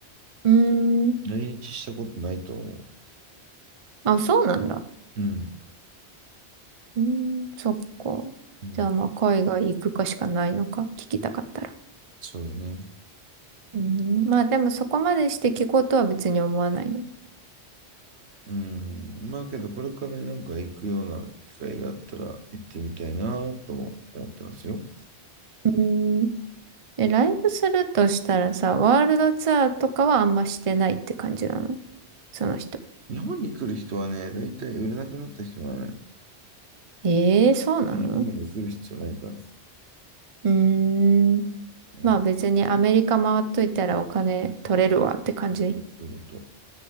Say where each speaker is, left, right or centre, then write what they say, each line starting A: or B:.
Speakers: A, on the right; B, on the right.
A: うーん。
B: 来日したことないと思
A: あ、そうなんだ。
B: う。うん。
A: うーん、そっか。
B: うん。
A: じゃあまあ、海外行くかしかないのか。聞きたかったら。
B: そうだね。
A: うーん、まあでもそこまでして聞こうとは別に思わないの。
B: うん。まあけど、これからなんか行くような機会があったら行ってみたいなとも思ってますよ。
A: うーん。え、ライブするとしたらさ、ワールドツアーとかはあんましてないって感じなのその人。
B: 日本に来る人はね、大体売れなくなった人なのよ。
A: ええー、そうなの
B: 日本にも来る必要ないから。
A: うーん。
B: うん。
A: まあ別にアメリカ回っといたらお金取れるわって感じ。
B: そうそういうこと。